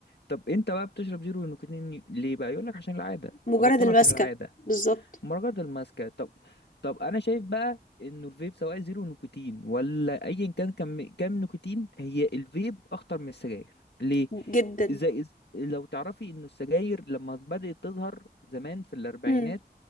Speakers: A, on the left; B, on the left.
A: طب انت بقى بتشرب زيرو نيكوتين ليه بقى يقول لك عشان العاده
B: مجرد
A: ابطلها
B: المسكه
A: عشان العاده
B: بالظبط
A: مراجعة الماسكة طب طب انا شايف بقى انه الفيب سواء زيرو نيكوتين ولا ايا كان كم كام نيكوتين هي الفيب اخطر من السجاير ليه
B: جدا
A: زي لو تعرفي انه السجاير لما بدأت تظهر زمان في الاربعينات
B: مم.